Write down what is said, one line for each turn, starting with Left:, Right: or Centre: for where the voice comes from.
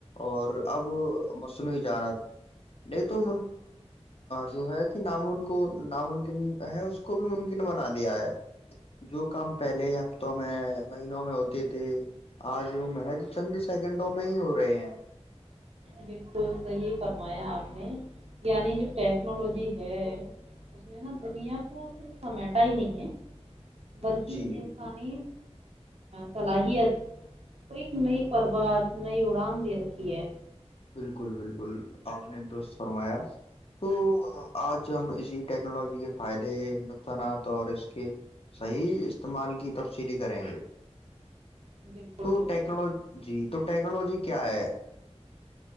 Left: اور اب مصنوعی ججانت نے تو جو ہے کہ نامن کو ناممکن ہے اس کو بھی ممکن بنا دیا دیا ہے جو کام پہلے ہفتوں میں مہینوں میں ہوتی تھی آج وہ محج چند سیکنڈوں میں ہی ہو رہے ہیں
Right: بالکل صحیح فرمایا آپ نے یعنی جو ٹیکنالوجی ہے اس نے نا دنیا کو صرف سمیٹا ہی نہیں ہے بلکہ
Left: جی
Right: انسانی صلاحیت کو ایک نئی پرواز نئی اڑان دے رکھی ہے
Left: بالکل بالکل آپ نے دست فرمایا تو آج ہم اسی ٹیکنالوجی کے فائدے نقصانات اور اس کے صحیح استعمال کی تفصیلی کریں گے
Right: بالکل
Left: تو
Right: بالکل
Left: ٹیکنالو جی تو ٹیکنالوجی کیا ہے